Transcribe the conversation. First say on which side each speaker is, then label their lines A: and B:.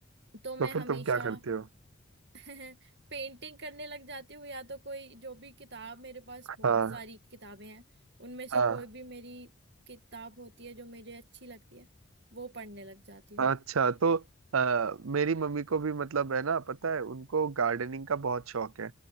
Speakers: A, on the right (about 55°); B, on the right (about 85°).
A: तो मैं
B: तो फिर
A: हमेशा
B: तुम क्या करते हो
A: <laughs> पेंटिंग करने लग जाती हूँ या तो कोई जो भी किताब मेरे पास बहुत
B: हाँ
A: सारी किताबें हैं उनमें से
B: हाँ
A: कोई भी मेरी किताब होती है जो मुझे अच्छी लगती है वो पढ़ने लग जाती
B: अच्छा तो आ, मेरी मम्मी को भी मतलब है ना पता है उनको गार्डनिंग का बहुत शौक है